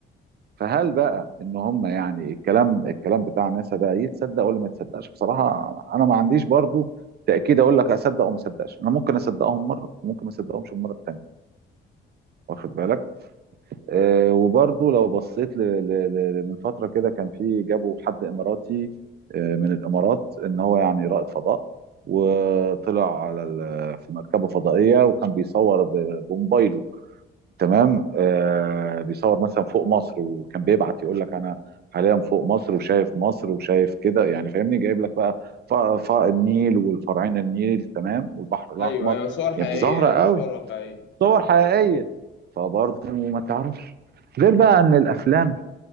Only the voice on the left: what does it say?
ايوه ايوه صور حقيقية
يعني
صور واقعية